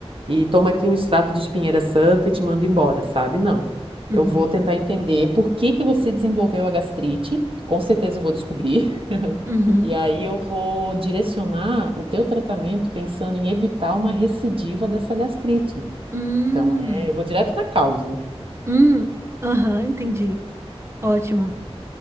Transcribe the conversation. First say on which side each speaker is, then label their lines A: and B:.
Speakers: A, on the right; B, on the right.
A: e toma aqui um extrato de espinheira santa e te manda embora, sabe? Não.
B: Uhum,
A: Eu vou tentar entender por que que você desenvolveu a gastrite. Com certeza eu vou descobrir. <laughs>
B: uhum,
A: E aí eu vou direcionar o teu tratamento pensando em evitar uma recidiva dessa gastrite.
B: hum,
A: Então, é, eu vou direto na causa.
B: hum, aham, entendi. Ótimo.